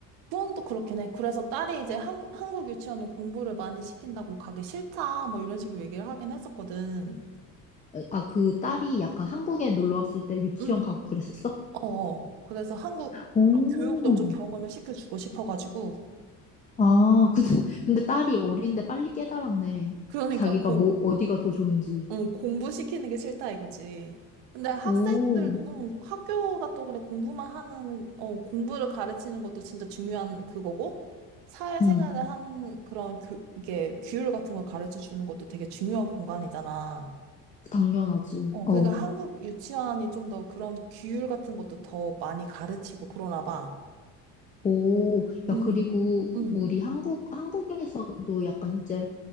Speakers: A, on the right; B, on the left.
A: 후원도 그렇긴 해. 그래서 딸이 이제 한, 한국 유치원은 공부를 많이 시킨다고 가기 싫다, 뭐 이런 식으로 얘기를 하긴 했었거든.
B: 아, 그 딸이 약간 한국에 놀러 왔을 때 유치원
A: 응
B: 가고 그랬었어?
A: 어, 어. 그래서 한국
B: 오,
A: 그런 교육도 좀 경험을 시켜주고 싶어가지고.
B: 아, <laughs> 근데, 근데 딸이 어린데 빨리 깨달았네.
A: 그러니까
B: 자기가
A: 고
B: 뭐, 어디가 더 좋은지.
A: 어, 공부시키는 게 싫다 이거지. 근데 학생들,
B: 오,
A: 어, 학교가 또 그냥 공부만 하는, 어, 공부를 가르치는 것도 진짜 중요한 그거고, 사회생활을
B: 응,
A: 하는 그런 교, 이게 규율 같은 거 가르쳐 주는 것도 되게 중요한 공간이잖아.
B: 당연하지.
A: 어,
B: 어.
A: 그러니까 한국 유치원이 좀 더 그런 규율 같은 것도 더 많이 가르치고 그러나 봐.
B: 오, 야,
A: 응,
B: 그리고
A: 응,
B: 우리 한국, 한국에서도 약간 이제